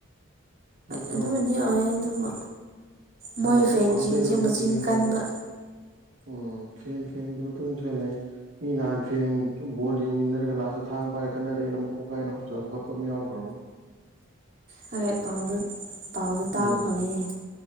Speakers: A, on the right; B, on the right.
A: ꯅꯠꯇ꯭ꯔꯣ
B: ꯑꯗꯨꯃꯗꯤ ꯑꯣꯏꯌꯦ ꯑꯗꯨꯕꯨ ꯃꯣꯏ
A: ꯍꯣꯏ ꯑꯗꯨ
B: ꯐꯦꯟꯁꯤꯡꯁꯦ
A: ꯄꯥꯝꯖꯔꯨꯕꯒꯤ
B: ꯃꯆꯤꯟ ꯀꯟꯕ
A: ꯍꯣꯏ ꯎꯝ ꯐꯦꯟ ꯐꯦꯟꯒꯤ ꯃꯇꯨꯡꯁꯨ ꯍꯜꯂ ꯃꯤ ꯅꯍꯥꯟ ꯐꯦꯟ ꯕꯣꯜ ꯌꯦꯡꯃꯤꯟꯅꯔꯒ ꯂꯥꯁꯇ ꯊꯥꯡ ꯄꯥꯏꯔ ꯈꯠꯅꯔꯦꯅ ꯑꯃꯛ ꯀꯣꯛ ꯀꯥꯏꯅ ꯍꯣꯁꯕ ꯈꯣꯠꯄ ꯑꯃ ꯌꯥꯎꯈ꯭ꯔꯕꯅꯤ
B: ꯍꯔ ꯄꯥꯎꯗ ꯄꯥꯎꯗ ꯇꯥꯕ
A: ꯎꯝ
B: ꯐꯪꯉꯤꯅꯦ